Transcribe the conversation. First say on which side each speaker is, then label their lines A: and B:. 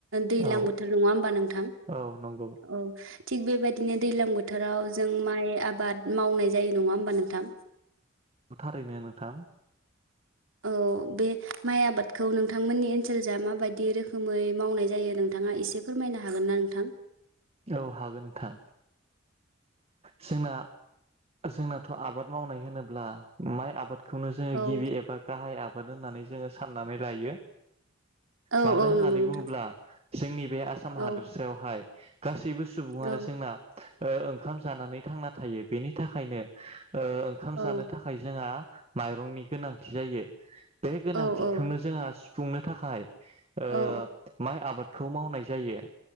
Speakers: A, on the right; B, on the right.
A: दैलां
B: औ
A: बोथोर नङा होमबा नोंथां
B: औ नंगौ
A: औ। थिग बेबायदिनो दैज्लां बोथ थोराव जों माइ आबाद मावनाय जायो नङा होमबा नोंथां?
B: थारैनो नोंथां।
A: औ बे माइ आबादखौ नोंथांमोननि ओनसोलजा माबायदि रोखोमै मावनाय जायो नोंथाङा एसे फोरमायनो हागोन ना नोंथां?
B: औ हागोन नोंथां। जोंना जोंनाथ' आबाद मावनाय होनोब्ला माइ आबाद खौनो जोङो
A: औ
B: गिबि एबा गाहाय आब बाद होननानै जोङो साननानै लायो।
A: औ
B: मानो
A: औ
B: होननानै
A: नंगौ नोंथां
B: बुङोब्ला जोंनिब बे आसाम हादोरसायावहाय
A: औ
B: सैबो सुबुङानो
A: औ
B: जोंना ओ ओंखाम जानानै थांना थायो बेनि थाखायनो ओ ओंखाम
A: औ
B: जानो थाखाय जोंहा माइरंनि गोनांथि जायो। बे गोनांथिखौनो
A: औ औ
B: जोंहा सु फुंनो थाखाय ओ
A: औ
B: माय आबाद खौ मावनाय जायो।